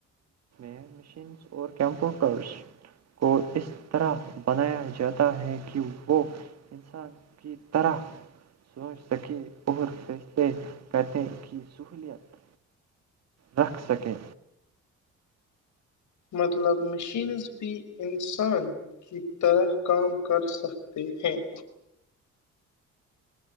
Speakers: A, on the right; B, on the left.
A: <inaudible> اور کمپیوٹرس کو اس طرح بنایا جاتا ہے کہ وہ انسان کی طرح سوچ سکے اور فیصلے کرنے کی سہوولت رکھ سکیں
B: مطلب مشینز بھی انسان کی طرح کام کر سکتے ہیں